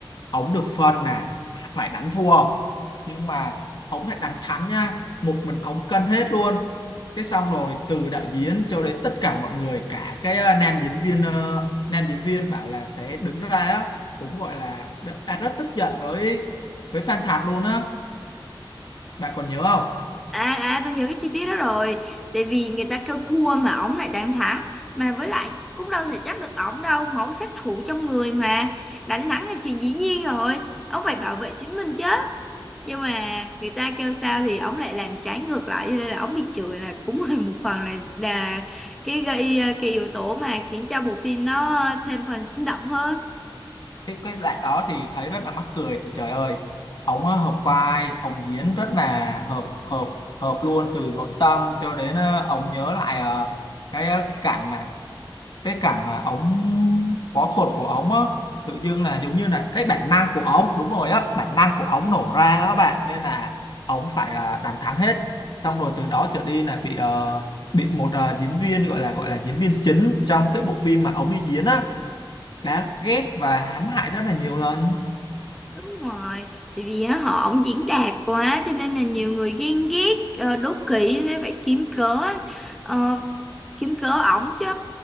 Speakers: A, on the left; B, in the centre.
A: ổng được phân là phải đánh thua nhưng mà ổng lại đánh thắng nha một mình ổng cân hết luôn cái xong rồi từ đạo diễn cho đến tất cả mọi người cả cái ờ, nam diễn viên ờ, nam diễn viên bảo là sẽ đứng ra á cũng gọi là đã, đã rất tức giận với với Phan Thạc luôn á bạn còn nhớ không
B: À, à tôi nhớ cái chi tiết đó rồi Tại vì người ta kêu thua mà ổng lại đánh thắng Mà với lại cũng đâu thể trách được ổng đâu Máu sát thủ trong người mà Đánh thắng là chuyện dĩ nhiên rồi Ông phải bảo vệ chính mình chứ Nhưng mà người ta kêu sao thì ổng lại làm trái ngược lại Cho nên là ổng bị chửi là cũng là một phần là, là Cái gây ờ, cái yếu tố mà khiến cho bộ phim nó ờ, thêm phần sinh động hơn
A: cái cái đoạn đó thì thấy rất là mắc cười thì trời ơi ổng ờ, hợp vai ổng diễn rất là hợp hợp hợp luôn từ nội tâm cho đến ờ, ổng nhớ lại ờ, cái ờ, cảnh mà cái cảnh mà ống võ thuật của ống á tự dưng là giống như là cái bản năng của ống đúng rồi á bản năng của ống nổ ra á bạn nên là ống phải là đánh thắng hết xong rồi từ đó trở đi là bị ờ, bị một ờ, diễn viên gọi là gọi là diễn viên chính trong cái bộ phim mà ống đi diễn á đã ghép và hãm hại rất là nhiều lần
B: Đúng rồi, tại vì á, họ ổng diễn đạt quá cho nên là nhiều người ghen ghét ờ, đố kỵ cho nên phải kiếm cớ ờ, kiếm cớ ổng chứ.